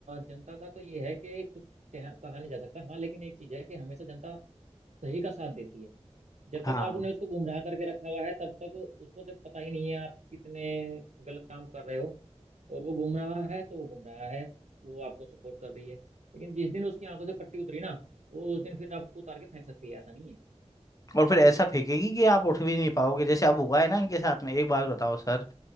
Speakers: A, on the right; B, on the left.
A: जनता का तो ये है कि कुछ कहा, कहा नहीं जा सकता हाँ लेकिन एक चीज है कि हमेशा जनता सही का साथ देती है जब
B: हाँ
A: तक आपने उसको गुमराह करके रखा हुआ है तब तक उसको जब पता ही नहीं है आप कितने गलत काम कर रहे हो और वो गुमराह है तो वो गुमराह है वो आपको सपोर्ट कर रही है लेकिन जिस दिन उसकी आंखों से पट्टी उतरी ना वो उस दिन फिर आपको उतार के फेंक सकती है ऐसा नहीं है
B: और फिर ऐसा फेंकेगी कि आप उठ भी नहीं पाओगे जैसे अब हुआ है ना इनके साथ में एक बात बताओ सर